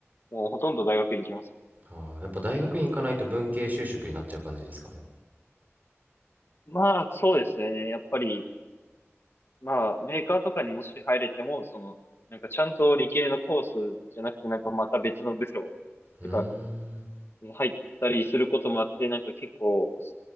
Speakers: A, on the left; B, on the right.
A: もうほとんど大学院行きますね。
B: ああ、やっぱ大学院行かないと文系就職になっちゃう感じですかね。
A: まあ、そうですね。やっぱり、まあ、メーカーとかにもし入れても、その、なんかちゃんと理系のコースじゃなくて、なんかまた別の部署とか
B: うーん。
A: に入ったりすることもあって、なんか結構、